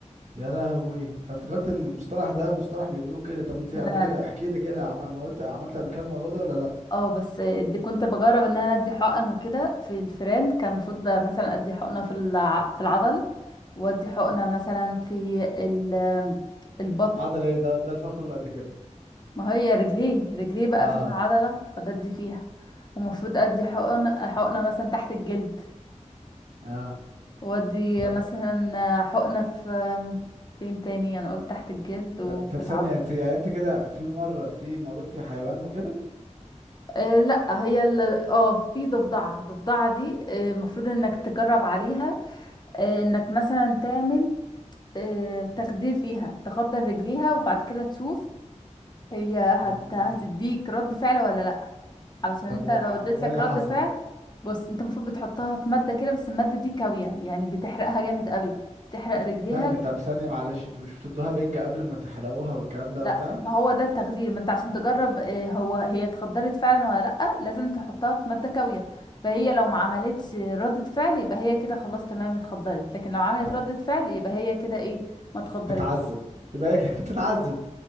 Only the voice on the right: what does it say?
يا لهوي انا افتكرت المصطلح ده مصطلح بيقولوه كده طب انت
قبل كده
احكي لي كده عم- موت عملت قبل كده الموضوع ده ولا لا
عضل ايه ده ده الفار كله قد كده
اه
اه
طب
طب طب ثانية
انت يعني انت كده في مرة في موتي حيوان وكده
مم.
طب
وع-
وايه
اللي
حصل
ثانية طب ثانية معلش انتوا مش بتدوها بنج قبل ما تحرقوها والكلام ده
وبتاع
طب
بتتعذب يبقى هي كده بتتعذب